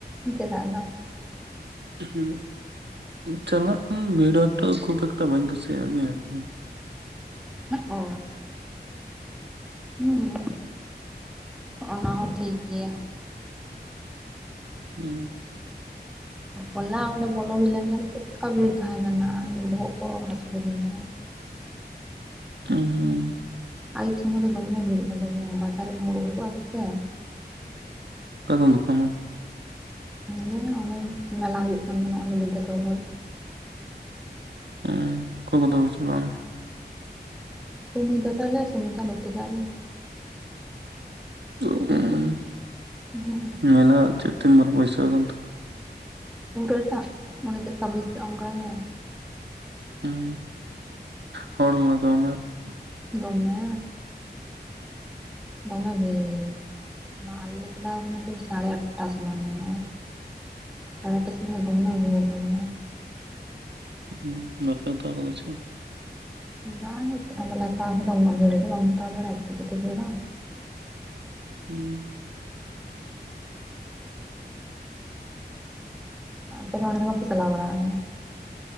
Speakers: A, in the centre; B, on the right (about 75°).
A: ᱪᱮᱫᱟᱜ ᱫᱚ?
B: ᱦᱩᱸ ᱪᱟᱞᱟᱜ ᱵᱷᱤᱲᱳ ᱮᱠᱴᱟ ᱠᱷᱩᱵ ᱮᱠᱴᱟ ᱵᱟᱹᱧ ᱠᱩᱥᱤᱭᱟᱜ ᱜᱮᱭᱟ ᱟᱨᱠᱤ ᱾
A: ᱚᱻ, ᱦᱩᱸ᱾ ᱚᱱᱟ ᱦᱚᱸ ᱴᱷᱤᱠ ᱜᱮᱭᱟ ᱾
B: ᱦᱩᱸ ᱾
A: ᱦᱚᱞᱟ ᱚᱸᱰᱮ ᱵᱚᱞᱚ ᱦᱩᱭ ᱞᱮᱱ ᱛᱟᱦᱮᱸ, ᱪᱮᱫᱠᱟ ᱵᱷᱤᱲ ᱛᱟᱦᱮᱸ ᱠᱟᱱᱟ ᱵᱚᱦᱚᱜ ᱠᱚ ᱦᱟᱹᱥᱩ ᱠᱤᱫᱤᱧᱟ ᱾
B: ᱩᱸᱦᱩᱸ ᱾
A: ᱟᱹᱭᱩᱵ ᱥᱚᱢᱚᱭ ᱫᱚ ᱫᱚᱢᱮ ᱵᱷᱤᱲᱚᱜ-ᱟ ᱫᱚᱢᱮ, ᱵᱟᱡᱟᱨ ᱨᱮᱱ ᱦᱚᱲ ᱩᱰᱩᱠᱚᱜ-ᱟ ᱠᱚᱥᱮ ᱾
B: ᱟᱫᱚ ᱱᱚᱛᱮ ᱢᱟ
A: ᱜᱮ ᱚᱱᱮ ᱢᱮᱞᱟ ᱦᱩᱭᱩᱜ ᱠᱟᱱ ᱛᱟᱦᱮᱱᱚᱜ ᱚᱱᱰᱮ ᱵᱤᱫᱽᱫᱟᱥᱚᱨ
B: ᱚᱸᱻ ᱚᱠᱚᱭ ᱠᱚᱫᱚ ᱯᱮ ᱪᱟᱞᱟᱣ ᱞᱮᱱᱟ?
A: ᱥᱩᱢᱤᱛᱟ ᱛᱟᱞᱮ, ᱥᱩᱢᱤᱛᱟ ᱞᱩᱛᱤᱠᱟ ᱟᱨ ᱤᱧ ᱾
B: ᱚᱸᱻ᱾
A: <unintelligible>
B: ᱢᱮᱞᱟ ᱪᱮᱫ ᱛᱤᱱ ᱢᱟᱨᱟᱝ ᱵᱟᱹᱭᱥᱟᱹᱣ ᱠᱟᱱ ᱛᱮ?
A: ᱯᱩᱨᱟ ᱴᱟᱜ ᱢᱚᱱᱮ ᱪᱮᱫᱠᱟ ᱢᱮᱥ ᱚᱱᱠᱟ ᱜᱮ᱾
B: ᱦᱩᱸ ᱦᱚᱲ᱾ <unintelligible>
A: ᱫᱚᱢᱮ, ᱫᱚᱢᱮ ᱵᱷᱤᱲ ᱾ ᱢᱟ ᱟᱞᱮ ᱪᱟᱞᱟᱣ ᱠᱟᱱᱟ ᱛᱚ ᱥᱟᱲᱮ ᱟᱴᱴᱟ ᱥᱚᱢᱚᱭ ᱢᱚᱱᱮ ᱦᱚᱭ᱾ ᱥᱟᱲᱮ ᱟᱴᱴᱟ ᱥᱚᱢᱚᱭ ᱫᱚᱢᱮ ᱵᱷᱤᱲ ᱫᱚᱢᱮ᱾
B: <unintelligible>
A: ᱵᱟᱝᱟ ᱪᱮᱫ ᱦᱚ ᱵᱟᱞᱮ ᱦᱟᱛᱟᱣ ᱠᱟᱫᱟ ᱩᱱᱟᱹᱜ ᱵᱷᱤᱲ ᱨᱮ ᱫᱚ ᱵᱟᱢ ᱦᱟᱛᱟᱣ ᱫᱟᱲᱮᱜᱼᱟ ᱩᱛᱤ ᱥᱩᱛᱤ ᱵᱷᱤᱲᱟ᱾
B: ᱦᱩᱸ᱾
A: ᱟᱯᱮ ᱫᱚ ᱚᱸᱰᱮ ᱫᱚ ᱵᱟᱯᱤ ᱪᱟᱞᱟᱣ ᱵᱟᱲᱟᱣ ᱠᱟᱱᱟ?